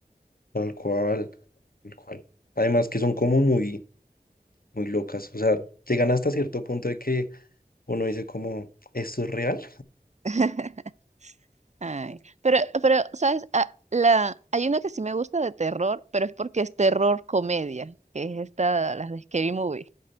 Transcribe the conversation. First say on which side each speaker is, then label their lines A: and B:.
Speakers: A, on the left; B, on the right.
A: Tal cual, tal cual. Además que son como muy, muy locas. O sea, llegan hasta cierto punto de que uno dice como, ¿esto es real?
B: <laughs> Ay, pero, pero, ¿sabes? Ah, la, hay una que sí me gusta de terror, pero es porque es terror comedia, que es esta, las de Scary Movie.